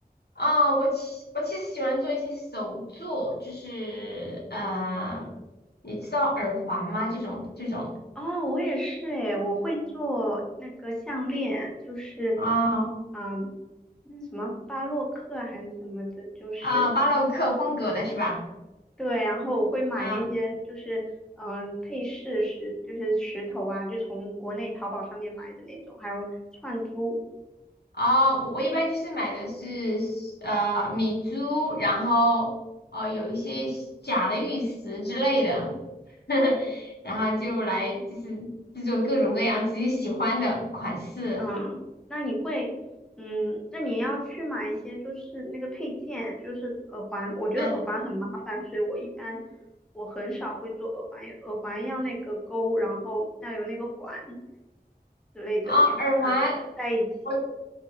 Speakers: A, on the left (about 85°); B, in the centre.
A: 哦，我其我其实喜欢做一些手作，就是呃，你知道耳环吗？这种这种
B: 哦，我也是诶，我会做那个项链，就是，
A: 啊
B: 嗯，那什么巴洛克啊还是什么的，就是
A: 啊、巴洛克风格的是吧？
B: 对，然后我会买那些就是嗯配饰石，
A: 啊
B: 就是石头啊，就从国内淘宝上面买的那种，还有串珠，
A: 哦，我我一般就是买的是呃米珠，然后呃有一些假的玉石之类的，<laughs> 然后就来就是制作各种各样自己喜欢的款式。
B: 嗯，那你会，嗯，那你要去买一些就是那个配件，就是耳环。我觉得耳环很麻烦，
A: 啊
B: 所以我一般我很少会做耳环，因为耳环要那个钩，然后要有那个环之类的，
A: 啊，
B: 你要把它拼在一起。
A: 耳环，我